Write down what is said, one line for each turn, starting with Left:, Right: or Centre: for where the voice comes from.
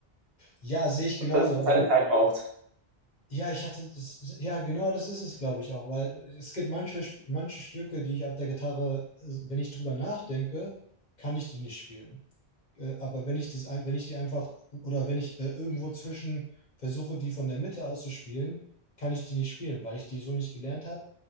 Left: Ja, sehe ich genauso.
Right: Weil es
Left: Also,
Right: seine Zeit braucht.
Left: Ja, ich hatte das, ja, genau das ist es, glaube ich, auch, weil äh, es gibt manche, Sp- manche Stücke, die ich auf der Gitarre, äh, wenn ich drüber nachdenke, kann ich die nicht spielen. Äh, aber wenn ich, dies ein, wenn ich die einfach oder wenn ich äh, irgendwo zwischen versuche, die von der Mitte aus zu spielen, kann ich die nicht spielen, weil ich die so nicht gelernt habe,